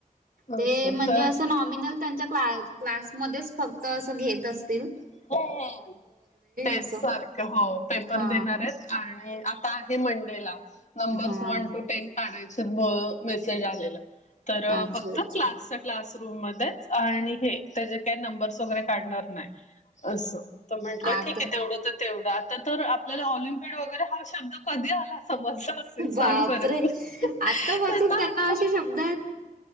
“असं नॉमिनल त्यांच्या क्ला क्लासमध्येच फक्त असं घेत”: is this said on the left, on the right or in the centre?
Right